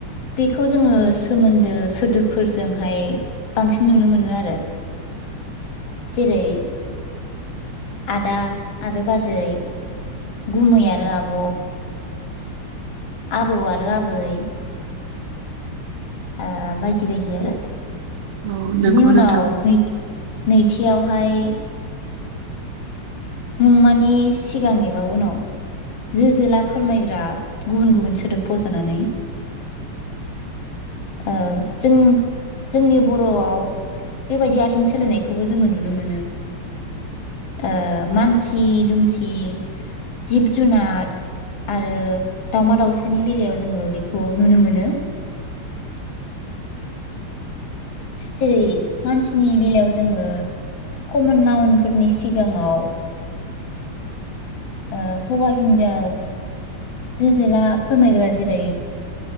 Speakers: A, on the left; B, on the right.
A: बेखौ जोङो सोमोन्दो सोदोबफोरजोंहाय बांसिन नुनो मोनो आरो। जेरै आदा आरो बाजै गुमै आरो आब आबौ आरो आबै ओ बायदि बायदि आरो
B: औ नंगौ
A: बिनि उनाव
B: नोंथां
A: नै नैथियावहाय मुंमानि सिगां एबा उनाव जो जोला फोरमायग्रा गुबुन गुबुन सोदोब फजनानै ओ जों जोंनि बरआव बेबायदि आथोन सोलायनायखौबो जोङो नुनो मोनो ओ मानसि दुमसि जिब जुनार आरो दाउमा दाउसानि बेलायाव जोङो बेखौ नुनो मोनो <inaudible> जेरै मानसिनि बेलायाव जोङो कमन नाउनफोरनि सिगाङाव ओ हौवा हिनजाव जो जेला फोरमायग्रा जेरै